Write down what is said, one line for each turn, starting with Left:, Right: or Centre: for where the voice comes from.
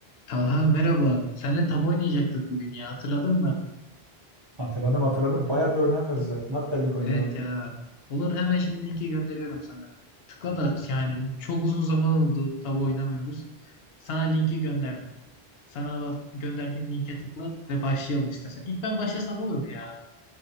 Left: Talha merhaba. Seninle tabu oynayacaktık bugün ya. Hatırladın mı?
Right: Hatırladım hatırladım. Bayağıdır oynamıyoruz zaten. Hatta Link oynayalım.
Left: Evet ya. Olur hemen şimdi linki gönderiyorum sana. Tıkla da yani çok uzun zaman oldu tabu oynamıyoruz. Sana linki gönderdim. Sana bak- gönderdiğim linke tıkla ve başlayalım istersen. İlk ben başlasam olur mu ya?